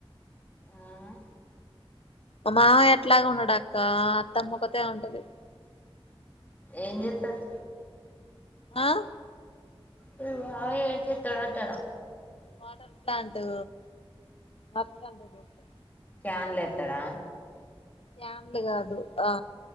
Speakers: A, on the left; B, on the left.
A: ఆఁ
B: మా మామయ్య ఎట్లాగు ఉండడు అక్కా అత్తమ్మొకతే ఉంటది.
A: ఏం జేత్తడ్
B: ఆఁ
A: మీ మావయ్య ఏం జేత్తడు అంటున
B: వాటర్ ప్లాంటూ, వాటర్ ప్లాంటుది ఉంటది
A: క్యాన్లేత్తడా
B: క్యాన్లు గాదు ఆ